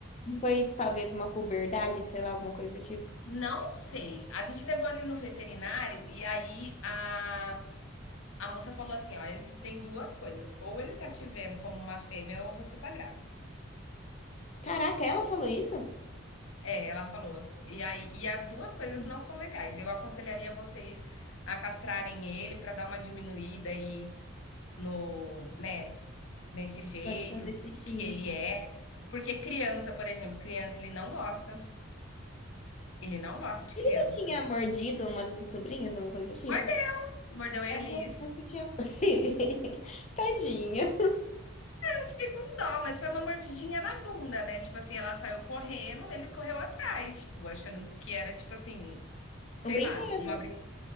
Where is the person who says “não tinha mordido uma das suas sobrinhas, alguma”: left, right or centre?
Left